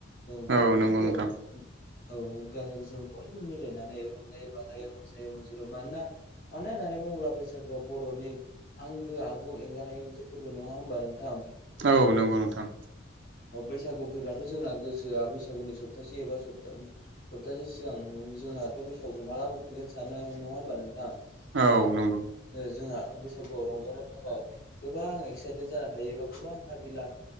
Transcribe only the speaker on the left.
जों बयबो
औ गाज जों बयबो मिलायनानै रंजायो बाजायो मोसायो मोसुरो मानोना मानो होननानै बुङोब्ला बैसागुआव बर'नि आंगो आगु एंगारहायै मोनसे फोरबो नङा होमबा नोंथां
अ बैसागु फैब्लाथ' जोंना गोसोआ बैसागुनि सप्तासे एबा सप्ता सप्तासे सिगां जोंहाथ' बैसागुखौ माला मोनफिगोन सानो नङा होमबा नोंथां जोंहा
जोंहा बैसागुआव रंजानो थाखाय गोबां एक्साइटेड जाना थायोबा गोबां हाबिला